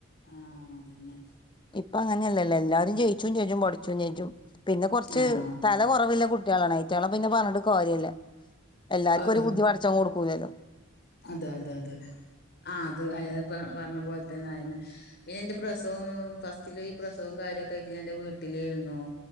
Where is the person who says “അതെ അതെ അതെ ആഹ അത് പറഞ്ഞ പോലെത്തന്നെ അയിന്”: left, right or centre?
Left